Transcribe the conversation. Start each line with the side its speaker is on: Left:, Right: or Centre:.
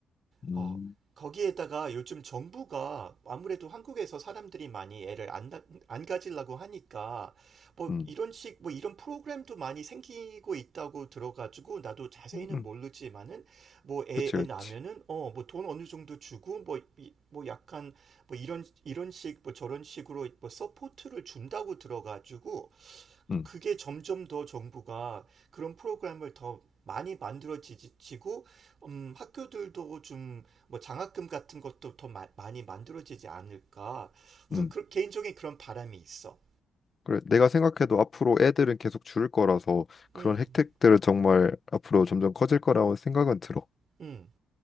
Left: 음,
Right: 어, 거기에다가 요즘 정부가 아무래도 한국에서 사람들이 많이 애를 안, 나- 안 가지려고 하니까 뭐
Left: 음,
Right: 이런 식, 뭐 이런 프로그램도 많이 생기고 있다고 들어가지고 나도 자세히는
Left: 음.
Right: 모르지만은 뭐 애,
Left: 그렇지, 그렇지.
Right: 애 낳으면은 어, 뭐 돈 어느 정도 주고 뭐, 이, 뭐 약간 뭐 이런, 이런 식, 뭐 저런 식으로 뭐 서포트를 준다고 들어가지고
Left: 음,
Right: 그게 점점 더 정부가 그런 프로그램을 더 많이 만들어지고, 음, 학교들도 좀 뭐 장학금 같은 것도 더 마- 많이 만들어지지 않을까. 우선
Left: 음.
Right: 그, 개인적인 그런 바람이 있어.
Left: 그래, 내가 생각해도 앞으로 애들은 계속 줄을 거라서 그런
Right: 음,
Left: 혜택들은 정말 앞으로 점점 커질 거라고 생각은 들어.
Right: 음,